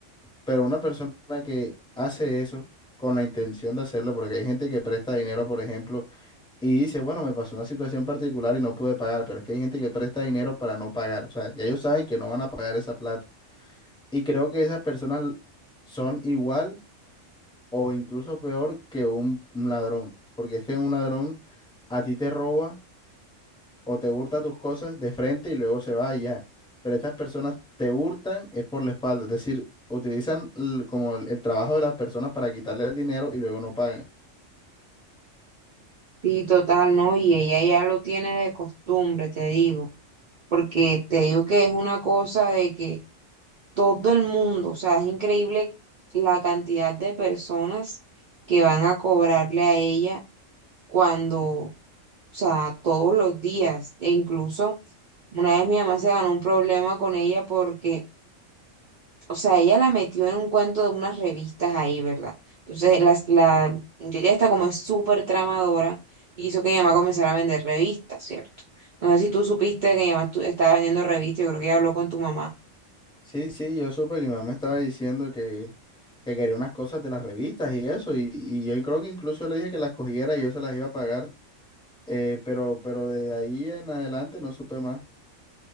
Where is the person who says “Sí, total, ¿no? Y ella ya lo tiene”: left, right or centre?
Right